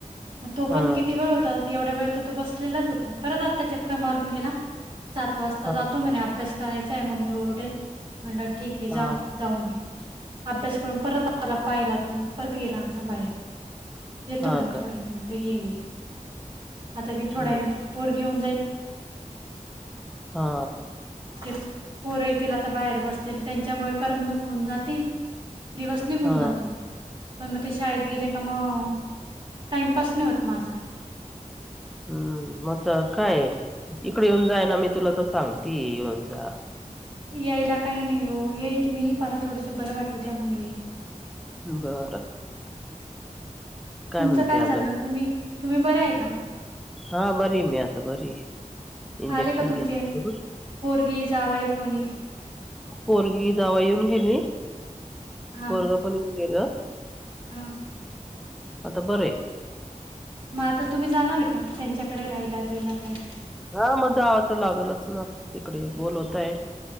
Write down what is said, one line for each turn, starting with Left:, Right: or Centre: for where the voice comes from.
Right: मग तो पण
Centre: हा
Right: किती वेळ होता एवढ्या वेळ तो तो बसलेलाच होता परत आता चक्कर मारून गेला. सात वाजता
Centre: हा
Right: जातो
Centre: का
Right: म्हणे अभ्यास करायचा आहे मम्मी ओरडेल. म्हणलं ठीक आहे जा
Centre: हा
Right: जाऊ घ अभ्यास करून परत. त्याला पायला तो परत गेला आता बाहेर येतो
Centre: हा
Right: म्हला
Centre: का
Right: थोडा म्हंटलं ये. आता ती थोड्याने
Centre: हम्म
Right: त पोर घेऊन जाईल.
Centre: हा.
Right: ते पोर येतील आता बाहेर बसतील त्यांच्यामुळे करमणूक होऊन जाते. दिवस निघून
Centre: हा
Right: जातो. पण मग ते शाळेत गेले का मग टाइमपास नाही होत माझा.
Centre: हम्म म काय इकडे येऊन जाय ना मी तुला तर सांगती येऊन जा.
Right: यायला काही नाही हो येईल मी मला थोडसं बरं वाटव द्या मग ये.
Centre: बरं.
Right: तुमचं
Centre: म्हणते
Right: काय चाललं
Centre: अजून
Right: तुम्ही तुम्ही बरं आहे का?
Centre: हा बरी मी आता बरी. इंजेक्शन
Right: आले का तुमचे
Centre: घेतलं
Right: पोरगी जावाई कोणी?
Centre: पोरगी जावई येऊन गेली
Right: हा
Centre: पोरग पण येऊन गेलं.
Right: हा.
Centre: आता बरं आहे
Right: मग आता तुम्ही जाणार आहे का? त्यांच्याकडे राहिला बिला काही.
Centre: हा मज आवा तर लागलच ना तिकडे बोलवताय